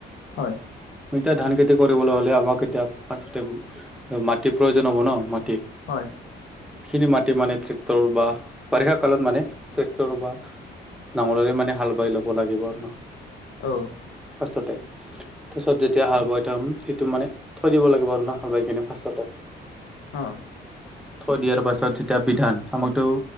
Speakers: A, on the left; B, in the centre.
A: হয়
B: এতিয়া ধান খেতি কৰিবলৈ হ'লে আমাক এতিয়া ফ্ৰাষ্টতে মাটিৰ প্ৰয়োজন হ'ব ন, মাটি।
A: হয়।
B: সেই খিনি মাটি মানে ট্ৰেক্টৰ বা বাৰিষা কালত মানে ট্ৰেক্টৰ বা নাঙলেৰে মানে হাল বাই ল'ব লাগিব আৰু ন!
A: অঁ।
B: ফাৰ্ষ্টতে তাৰপিছত যেতিয়া হাল
A: উম,
B: বাই থম সেইটো মানে থৈ দিব লাগে না আৰু না হাল বাই কিনে ফাৰ্ষ্টতে।
A: অ।
B: থৈ দিয়াৰ পাছত যেতিয়া বিধান, আমাকতো